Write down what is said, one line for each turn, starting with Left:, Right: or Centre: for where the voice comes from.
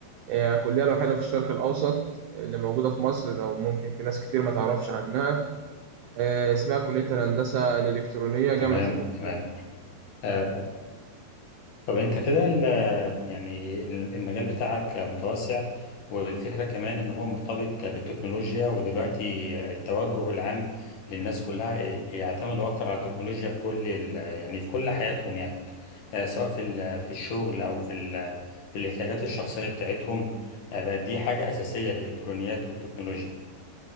Right: هي الكلية الوحيدة في الشرق الأوسط اللي موجودة في مصر لو ممكن في ناس كتير ما تعرفش عنها آه، اسمها كلية الهندسة الإلكترونية جامعة
Left: تمام
Right: المنوفية
Left: تمام آه، طب انت كده ال- يعني ال- المجال بتاعك متوسع والفكرة كمان ان هو مرتبط بالتكنولوجيا ودلوقتي التوجه العام للناس كلها يعتمدوا اكتر على التكنولوجيا في كل ال- يعني في كل حياتهم يعني آه، سواء في ال- في الشغل او في ال- في الاحتياجات الشخصية بتاعتهم آه، بقت دي حاجة أساسية الالكترونيات والتكنولوجيا